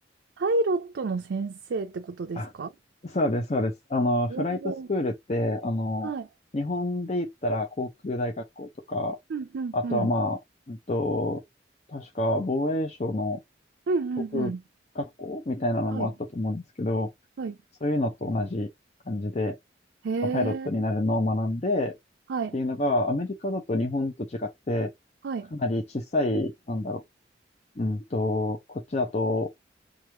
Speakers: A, on the right; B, on the left.
A: パイロットの先生ってことですか
B: あ、そうです、そうです。あの、フライトスクールって、
A: おおー
B: あの、
A: はい。
B: 日本で言ったら航空大学校とか、
A: うんうんうん。
B: あとはまあ、うんと、確か防衛省の
A: うんうんうん。
B: 航空学校みたいなのもあったと思うんですけど、
A: はい。はい。
B: そういうのと同じ感じで、
A: へえ。
B: まあパイロットになるのを学んで、っていうのが、
A: はい。
B: アメリカだと日本と違って、
A: はい。
B: かなり小さい、なんだろう。うんと、こっちだと、